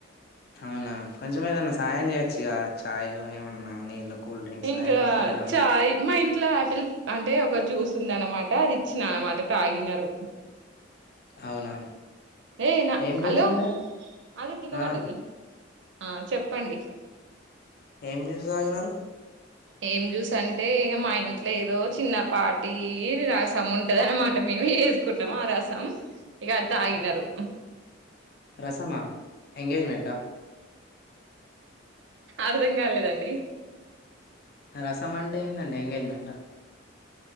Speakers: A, on the left; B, on the right.
A: అవునా కొంచం ఏదన్నా సాయం చేయొచ్చుగా చాయ్ ఏమన్నా నీళ్ళు కూల్ డ్రింక్స్
B: ఇంకా
A: ఏమన్నా ఇయ్యడం
B: చాయ్ మా ఇం ట్లా ఆపిల్ అంటే ఒక జ్యూస్ ఉంది అన్నమాట అది ఇచ్చిన అన్నమాట తాగినరు
A: అవునా
B: ఏ నా
A: ఏం
B: హలో
A: జ్యూస్ ఉండే
B: అది కింద పడ్డది
A: ఆ
B: అ చెప్పండి
A: ఏం జ్యూస్ తాగినరు
B: ఏం జ్యూసంటే ఇగ మా ఇంట్లో ఏదో చిన్నపాటి రసం ఉంటది అన్నమాట మేమే చేసుకుంటాం ఆ రసం ఇగ అది తాగినరు
A: రసమా ఎంగేజ్మెంటా
B: అర్థం కాలేదండి
A: రసమంటే ఏందండి ఎంగేజ్మెంటా